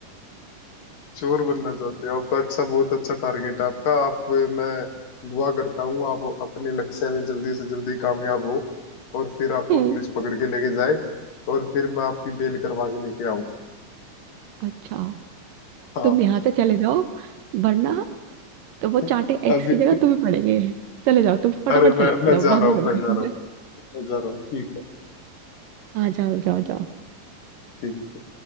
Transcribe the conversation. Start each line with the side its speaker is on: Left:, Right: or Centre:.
Left: चोर बनना चाहते हो आपका अच्छा बहुत अच्छा टारगेट है आपका आप मैं दुआ करता हूँ आप अपने लक्ष्य में जल्दी से जल्दी कामयाब हो और फिर आपको
Right: हम्म,
Left: पुलिस पकड़ के लेके जाए और फिर मैं आपकी बेल करवा के लेके आऊं
Right: अच्छा
Left: हाँ
Right: तुम यहाँ से चले जाओ वरना तो वो चांटे
Left: <laughs>
Right: एक्स
Left: अभी
Right: की जगह तुम्हें पड़ेंगे चले जाओ तुम फटाफट
Left: अरे
Right: चले
Left: मैं मैं
Right: जाओ
Left: जा
Right: बाद
Left: रहा
Right: में
Left: हूँ
Right: लौटेंगे
Left: मैं जा रहा हूँ
Right: <laughs>
Left: मैं जा रहा हूँ ठीक है
Right: हाँ जाओ जाओ जाओ
Left: ठीक